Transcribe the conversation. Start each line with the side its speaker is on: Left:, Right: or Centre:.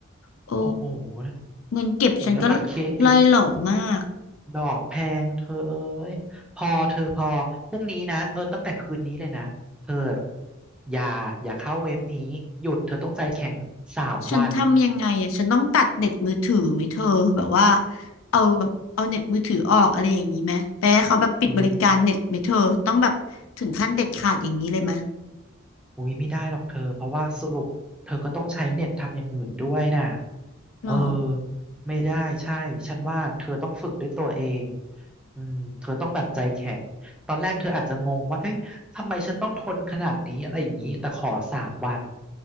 Left: โอ้
Centre: โอ้โหนะ
Left: เงินเก็บฉันก็
Centre: โอ้โหแล้วบัตรเครดิต
Left: ล่อยหล่อมาก
Centre: ดอกแพงเธอเอ้ยพอเธอพอพรุ่งนี้นะเออตั้งแต่คืนนี้เลยนะเธออย่าอย่าเข้าเว็บนี้หยุดเธอต้องใจแข็งสามวัน
Left: ฉันทำยังไงอ่ะฉันต้องตัดเน็ตมือถือไหมเธอแบบว่าเอาแบบเอาเน็ตมือถือออกอะไรอย่างนี้ไหมไปให้เขาแบบปิดบริการเน็ตไหมเธอต้องแบบถึงขั้นเด็ดขาดอย่างนี้เลยไหม
Centre: อุ้ยอุ้ยไม่ได้หรอกเธอเพราะว่าสรุปเธอก็ต้องใช้เน็ตทำอย่างอื่นด้วยน่ะเออ
Left: หรอ
Centre: ไม่ได้ใช่ฉันว่าเธอต้องฝึกด้วยตัวเองอืมเธอต้องแบบใจแข็งตอนแรกเธออาจจะงงว่าเอ๊ะทำไมฉันต้องทนขนาดนี้อะไรอย่างนี้แต่ขอสามวัน